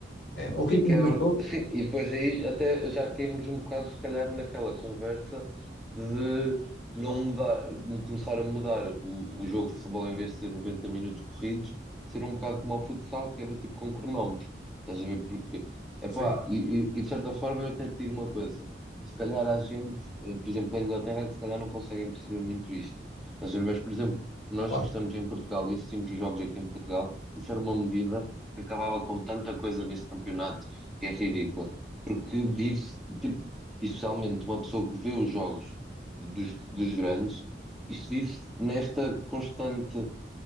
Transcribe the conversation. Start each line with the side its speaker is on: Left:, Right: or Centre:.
Left: É, o ritmo
Centre: Sim, que é-
Left: do jogo.
Centre: sim, e depois aí até já caímos um bocado, se calhar, naquela conversa de não mudar, de começar a mudar o, o jogo de futebol em vez de ser 90 minutos corridos, ser um bocado como o futsal, que é do tipo com cronómetro. Estás a ver? Porque, epá,
Left: Sim,
Centre: e, e, e de certa forma eu até te digo uma coisa: se calhar há gente, eh, por exemplo, na Inglaterra, que se calhar não conseguem perceber muito isto. Estás a ver? Mas, por exemplo, nós
Left: claro.
Centre: que estamos em Portugal e assistimos os jogos aqui em Portugal, isso era uma medida que acabava com tanta coisa neste campeonato que é ridícula. Porque vive-se, tipo, especialmente uma pessoa que vê os jogos dos, dos grandes, isto vive-se nesta constante